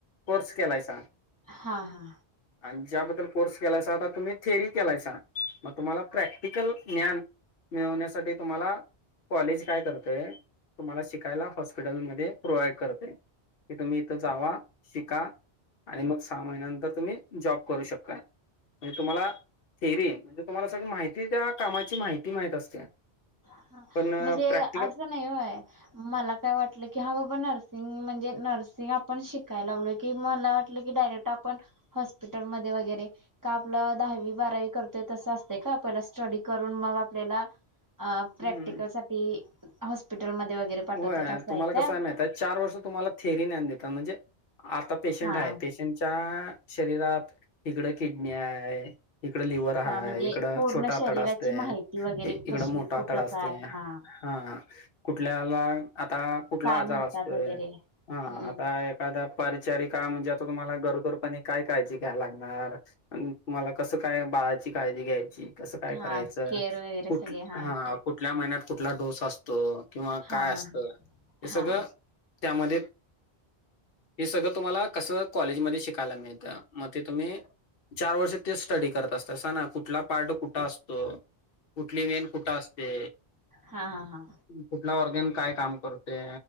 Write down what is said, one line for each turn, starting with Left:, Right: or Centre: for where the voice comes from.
Left: कोर्स केलाय सा
Right: हा हा.
Left: आणि ज्याबद्दल कोर्स केलायसा आता तुम्ही थेअरी केलायसा मग तुम्हाला प्रॅक्टिकल ज्ञान मिळवण्यासाठी तुम्हाला कॉलेज काय करतय तुम्हाला शिकायला हॉस्पिटलमध्ये प्रोवाईड करतय. की तुम्ही इथं जावा शिका आणि मग सहा महिन्यानंतर तुम्ही जॉब करू शकताय म्हणजे तुम्हाला थेअरी म्हणजे तुम्हाला सगळी माहिती त्या कामाची माहिती माहीत असते.
Right: हा
Left: पण
Right: म्हणजे
Left: प्रॅक्टिकल
Right: असं नाही व्हय मला काय वाटलं की हा बाबा नर्सिंग म्हणजे नर्सिंग आपण शिकायला लागलो की मला वाट की डायरेक्ट आपण हॉस्पिटलमध्ये वगैरे का आपलं दहावी बारावी करतोय तसं असते का पहिल स्टडी करून मग आपल्याला अह प्रॅक्टिकलसाठी
Left: हम्म
Right: हॉस्पिटलमध्ये वगैरे पाठवतात
Left: व्हय
Right: असं
Left: तुम्हाला
Right: का?
Left: कसं आहे माहिती चार वर्ष तुम्हाला थेरी ज्ञान देतात म्हणजे आता पेशंट
Right: हा
Left: आहे पेशंटच्या शरीरात इकडं किडनी आहे इकडं लिवर हाय,
Right: हा म्हणजे
Left: इकड
Right: पूर्ण
Left: छोटं
Right: शरीराची
Left: आतड असते,
Right: माहिती वगैरे
Left: इकड
Right: कशी
Left: मोठं
Right: कुठं
Left: आतड असते
Right: काय हा
Left: हा कुठल्याला आता कुठला
Right: काय
Left: आजार
Right: म्हणतात
Left: असतोय
Right: वगैरे
Left: हा
Right: हम्म
Left: आता परिचारिका म्हणजे आता तुम्हाला गरोदरपणे काय काळजी घ्यायला लागणार. आणि तुम्हाला कसं काय बाळाची काळजी घ्यायची. कस काय
Right: हा
Left: करायचं
Right: केअर वगैरे
Left: कुठ
Right: सगळे
Left: हा
Right: ठीक
Left: कुठल्या
Right: आहे
Left: महिन्यात कुठला डोस असतो किंवा
Right: हा
Left: काय असतं
Right: हा
Left: हे
Right: हा
Left: सगळं
Right: हा
Left: त्यामध्ये हे सगळं तुम्हाला कसं कॉलेजमध्ये शिकायला मिळेल. मग ते तुम्ही चार वर्ष ते स्टडी करत असतात स ना कुठला पार्ट कुठं असतो. कुठली वेण कुठं असते.
Right: हा हा हा.
Left: कुठला ऑर्गेन काय काम करते